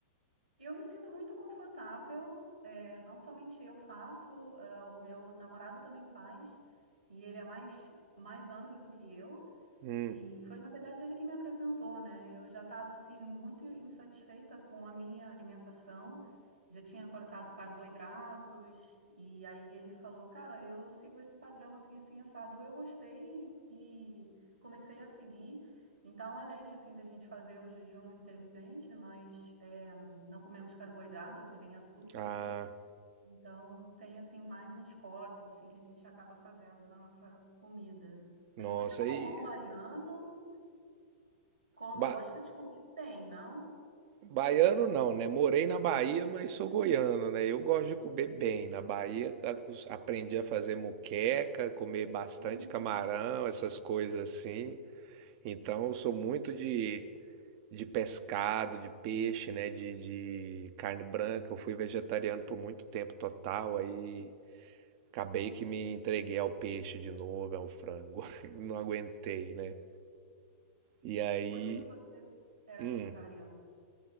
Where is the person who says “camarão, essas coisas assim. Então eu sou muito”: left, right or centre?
Right